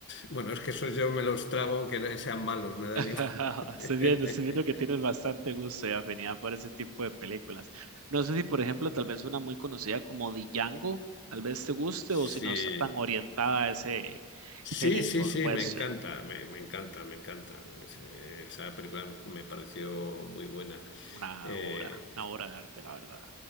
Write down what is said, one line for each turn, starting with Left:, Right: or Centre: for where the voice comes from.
Left: bueno, es que esos yo me los trago aunque no sean malos, me dan
Right: <laughs>
Left: igual. <laughs>
Right: Estoy viendo, estoy viendo que tienes bastante gusto y afinidad por ese tipo de películas. No sé si, por ejemplo, tal vez una muy conocida como Django, tal vez te guste
Left: Sí.
Right: o si no está tan orientada a ese
Left: Sí,
Right: género
Left: sí, sí,
Right: western.
Left: me encanta, me, me encanta, me encanta. Es- eh, esa película me pareció muy buena.
Right: Una
Left: Eh,
Right: obra, una obra de arte, la verdad.